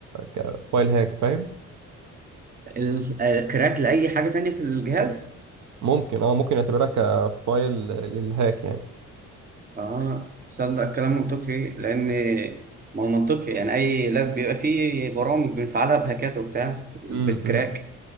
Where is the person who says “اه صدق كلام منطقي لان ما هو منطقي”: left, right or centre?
Right